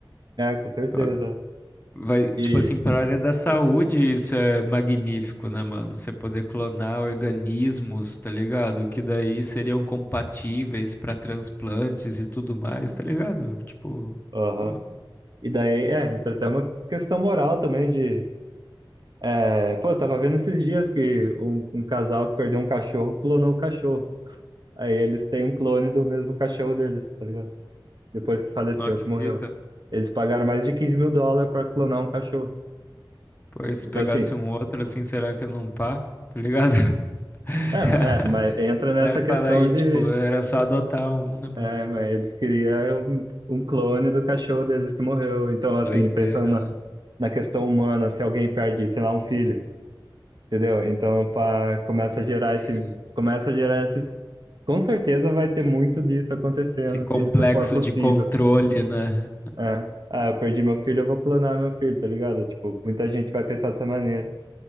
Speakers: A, on the right (about 55°); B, on the left (about 25°).
A: é, com certeza.
B: eu Vai, tipo
A: E,
B: assim, para a área da saúde, isso é magnífico, né, mano? Você poder clonar organismos, tá ligado? Que daí seriam compatíveis para transplantes e tudo mais, tá ligado? Tipo,
A: aham.
B: pô,
A: E daí, é, entra até uma questão moral também de. é, pô, eu tava vendo esses dias que um, um casal que perdeu um cachorro clonou o cachorro. Aí eles têm um clone do mesmo cachorro deles, tá ligado? Depois que faleceu,
B: nó que
A: que
B: fita.
A: morreu. Eles pagaram mais de 15 mil dólares pra clonar um cachorro.
B: Pô, e se
A: Então,
B: pegasse
A: assim,
B: um outro assim, será que não pá? Tá ligado? <laughs>
A: é, é, mas entra nessa
B: Né?
A: questão
B: Fala aí,
A: de,
B: tipo, era só adotar um, né, mano?
A: É, mas eles queriam um um clone do cachorro deles que morreu. Então, assim,
B: Doideira,
A: pensando na,
B: né?
A: na questão humana, se alguém perde, sei lá, um filho, entendeu? Então, pá, começa a gerar
B: Esse,
A: esse, começa a gerar esses, com certeza vai ter muito disso acontecendo,
B: esse complexo
A: se isso for possível.
B: de controle, né?
A: É. Ah, eu perdi meu filho, eu vou clonar meu filho, tá ligado? Tipo, muita gente vai pensar dessa maneira.